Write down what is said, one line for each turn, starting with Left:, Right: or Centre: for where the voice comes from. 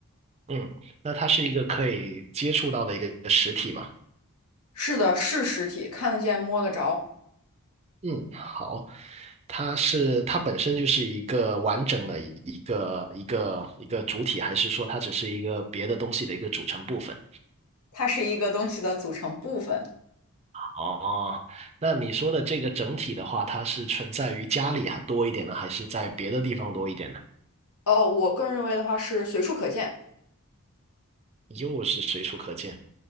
Right: 嗯，那它是一个可以接触到的一个实体嘛？
Left: 是的，是实体，看得见、摸得着，
Right: 嗯，好，它是它本身就是一个完整的一个一个一个主体，还是说它只是一个别的东西的一个组成部分？
Left: 它是一个东西的组成部分。
Right: 哦，那你说的这个整体的话，它是存在于家里还多一点呢，还是在别的地方多一点呢？
Left: 哦，我个人认为的话是随处可见。
Right: 又是随处可见。